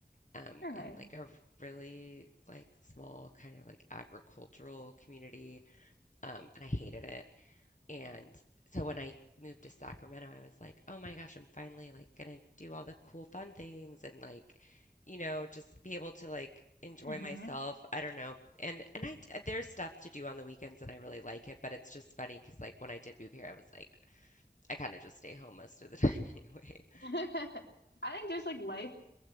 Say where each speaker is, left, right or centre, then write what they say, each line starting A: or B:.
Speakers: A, on the left (about 45°); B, on the left (about 80°).
A: um,
B: Okay.
A: in, like, a really, like, small kind of, like, agricultural community, um, and I hated it. And so when I moved to Sacramento, I was like, "Oh my gosh, I'm finally like gonna do all the cool fun things and like, you know, just be able to like enjoy
B: hmm
A: myself."
B: <laughs>
A: I don't know. And and I uh, there's stuff to do on the weekends and I really like it, but it's just funny because like when I did move here, I was like I kind of just stay home most of the <laughs> time anyway.
B: I think just like life